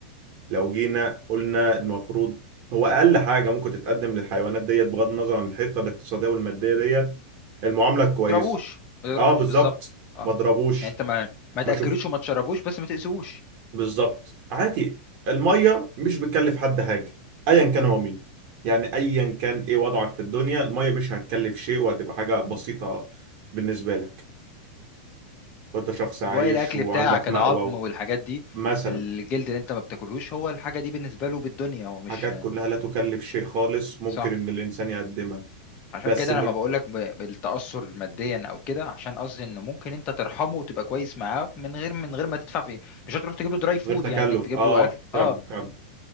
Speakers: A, on the right; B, on the left.
A: لو جينا قلنا المفروض هو اقل حاجه ممكن تتقدم للحيوانات ديت بغض النظر عن الحته الاقتصاديه والماديه ديت المعامله الكويسه
B: تضربوش ما تضربوش
A: اه بالظبط
B: بالظبط اه
A: ما اضربوش
B: يعني انت ما ما
A: ما
B: تاكلوش
A: شوف
B: وما تشربوش بس ما تاذوش
A: بالظبط عادي الميه مش بتكلف حد حاجه ايا كان هو مين يعني ايا كان ايه وضعك في الدنيا الميه مش هتكلف شيء وهتبقى حاجه بسيطه بالنسبه لك وانت شخص عايش
B: وباقي الاكل
A: وعندك
B: بتاعك
A: مأوى
B: العظم والحاجات دي
A: مثلا
B: الجلد اللي انت ما بتاكلهوش هو الحاجه دي بالنسبه له بالدنيا هو مش
A: حاجات كلها لا تكلف شيء خالص ممكن
B: صح
A: ان الانسان يقدمها
B: عشان
A: بس
B: كده
A: م...
B: انا ما بقولك ب- بالتاثر ماديا او كده عشان قصدي ان ممكن انت ترحمه وتبقى كويس معاه من غير من غير ما تدفع فيه مش هتروح تجيب له دراي فود
A: غير تكلف
B: يعني انك تجيب
A: اه
B: له اكل
A: فعلا
B: اه
A: فعلا